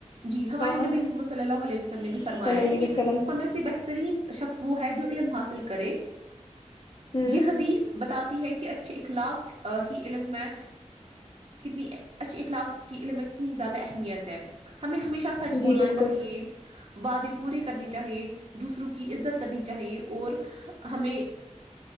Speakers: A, on the right (about 50°); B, on the left (about 40°).
A: جی ہمارے
B: ہاں
A: نبی
B: ہاں
A: محمد صلی اللہ علیہ وسلم نے بھی
B: صلی
A: فرمایا
B: اللہ علیہ
A: ہے کہ
B: وسلم
A: ہم ای سے بہترین شخص وہ ہے جو علم حاصل کرے
B: ہوں
A: یہ حدیث بتاتی ہے کہ اچھے اخلاق ہی علم میں کتنی اچھی اخلاق کی علمت نہیں زیادہ میات تو ہمیں ہمیشہ سچ
B: جی
A: بولنا
B: بالکل
A: چاہیے وعدے پورے کرنی چاہیے دوسروں کی عزت کرنی چاہیے اور ہمیں